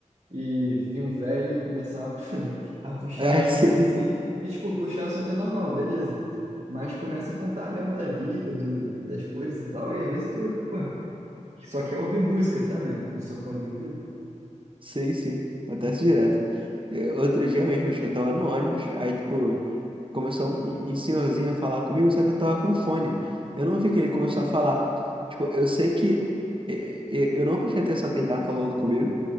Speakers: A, on the right; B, on the right.
A: e vi um velho começar a pu- <laughs> a puxar
B: É,
A: assunto
B: <laughs> sim.
A: assim. E, tipo, puxar assunto é normal, beleza. Mas começa a contar mesmo da vida, do, das coisas e tal. E às vezes tu, pô, só quer ouvir música, sabe? No seu fone de ouvido.
B: Sei, sei. Acontece direto. Eu- Outro dia mesmo, acho que eu tava no ônibus, aí, tipo, começou um, um senhorzinho a falar comigo, só que eu tava com fone. Eu não vi que ele começou a falar. Tipo, eu sei que eh, eh, eu não prestei atenção que ele tava falando comigo.